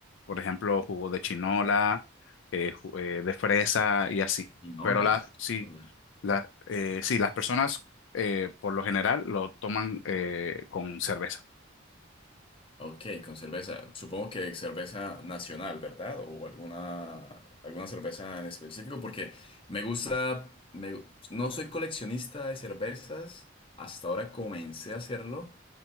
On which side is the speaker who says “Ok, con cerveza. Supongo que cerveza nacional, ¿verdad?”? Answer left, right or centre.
Left